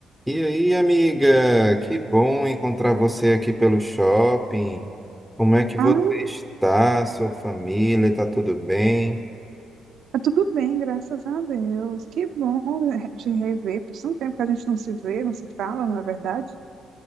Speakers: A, in the centre; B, on the right.
A: E aí, amiga? Que bom encontrar você aqui pelo shopping. Como é que você
B: Ah,
A: está? Sua família está tudo bem?
B: tá tudo bem, graças a Deus. Que bom né, te rever. Faz tanto tempo que a gente não se vê, não se fala, não é verdade?